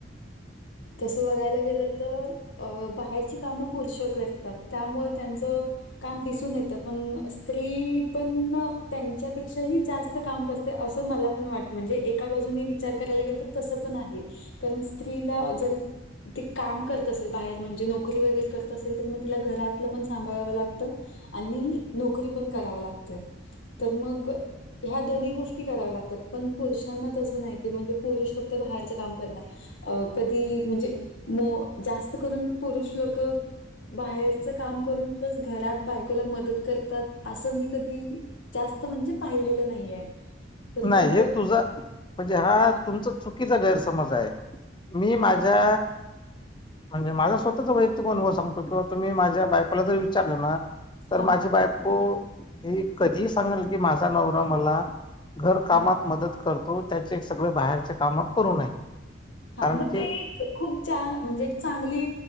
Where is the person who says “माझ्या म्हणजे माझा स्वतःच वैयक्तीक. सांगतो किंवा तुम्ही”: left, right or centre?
Left